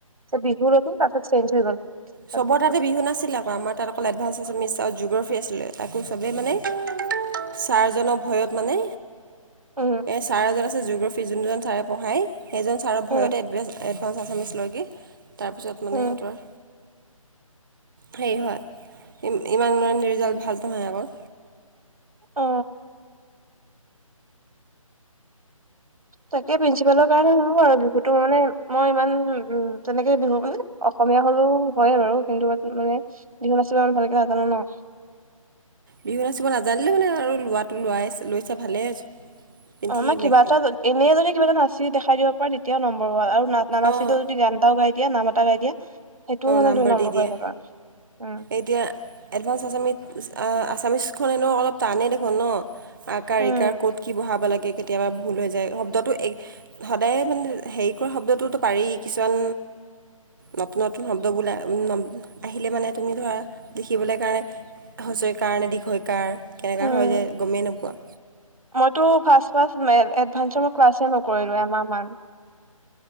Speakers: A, on the right; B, on the right.
A: বিহু ললো তাৰ পিছত চেঞ্জ হৈ গল চাবজেক্টটো
B: চবৰ তাতে বিহু নাছিলে আকৌ আমাৰ তাত অকল এডভান্স, এচামিচ আৰু জিঅ'গ্ৰাফী আছিলে। তাকো চবেই মানে ছাৰজনৰ ভয়ত মানে
A: উম
B: এই ছাৰ এজন আছে জিঅ'গ্ৰাফী যোন জন ছাৰে পঢ়ায় সেইজন ছাৰৰ
A: উম
B: ভয়তে এডভ চচা চামিচ লৈ কি তাৰপিছত মানে
A: উম
B: সিহঁতৰ হেৰি হয় ইমান ম ৰিজাল্ট ভাল নহয় আকৌ
A: অ তাকে প্ৰিন্ঞ্চিপালৰ কাৰণে নহো আৰু বিহুতো মানে মই ইমান উম তেনেকে বিহু আস অসমীয়া হলেও হয় বাৰু কিন্তু মানে বিহু নাচিব ভালকে নাজানো ন
B: বিহু নাচিব নাজানিলে মানে আৰু লোৱাটো লোৱাই লৈছো ভালেই পিন্ধি
A: অ ন কিবা
B: মে
A: এটা এনেই যদি কিবা এটা নাচি দেখাই দিব পাৰে তেতিয়াও নম্বৰ হ আৰু ন নাচো
B: অঁ
A: যদি গান এওাই দিয়া নাম এটা গাই দিয়া সেইটোও মানে
B: নাম্বাৰ
A: দুই নম্বৰ
B: দি দিয়ে
A: পাই যাবা উম।
B: এতিয়া এডভানস আছামিছ আছামিছখন এনেঅলপ টানেই দেখোন ন আকাৰ
A: উম,
B: ইকাৰ ক'ত কি বহাব লাগে কেতিয়াবা ভুল হৈ যায় শব্দটো সদায় মানে হেৰি কৰা শব্দটোতো পাৰি কিছুমান নতুন নতুন শব্দবোল আহিলে মানে তুমি ধৰা লিখিবলৈ কাৰণে হুঁচৰি কাৰণে দীঘ ই কাৰ কেনেকুৱা
A: উম।
B: হয় যে গমেই নোপোৱা
A: মইতো ফাস্ট ফাস্ট এডভাঞ্চৰ মই ক্লাচে নকৰিলো এমাহ মান